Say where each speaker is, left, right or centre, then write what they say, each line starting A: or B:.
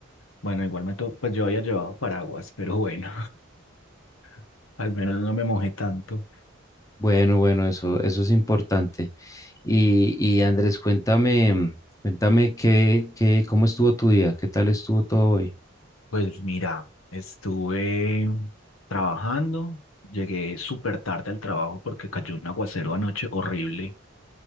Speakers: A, on the left (about 85°); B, on the left (about 15°).
A: bueno, igual me to pues yo había llevado paraguas, pero bueno, <laughs> al menos no me mojé tanto.
B: Bueno, bueno, eso, eso es importante. Y, y Andrés, cuéntame, mm, cuéntame qué, qué, cómo estuvo tu día, qué tal estuvo todo hoy.
A: Pues mira, estuve trabajando, llegué súper tarde al trabajo porque cayó un aguacero anoche horrible.